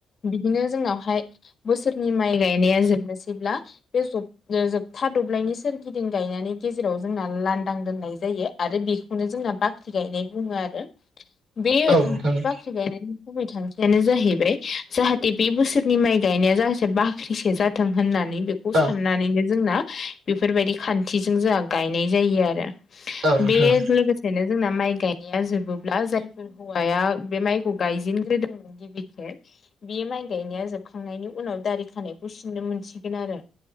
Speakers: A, on the left; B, on the right.
A: बिदिनो जोंनावहाय बोसोरनि माइ गायनाया जोबनोसैब्ला बे जब जोबथा दब्लायनि सोरगिदिं गायनानै गेजेराव जोंना लांदां दोननाय जायो आरो बेखौनो जोंना बाख्रि गायनाय बुङो आरो बे
B: औ नोंथां
A: बाख्रि गायनायनि फाय थांखियानो जाहैबाय जाहाथे बे बोसोरनि माइ गायनाया जाहासे बाख्रिसे जाथों होननानै बेखौ
B: औ
A: साननानैनो जोंना बेफोरबायदि खान्थिजों जोंहा गायनाय जायो आरो
B: औ नोंथां औ नोंथां
A: बे लोगोसे बेनो जोंना माइ गायनाया जोबोब्ला जायफोर हौवाया बे माइखौ गायजेनग्रोदों गिबि खेब बेयो माइ गायनाया जोब खांनायनि उनाव दारि खानायखौ सिननो मोनसिगोन आरो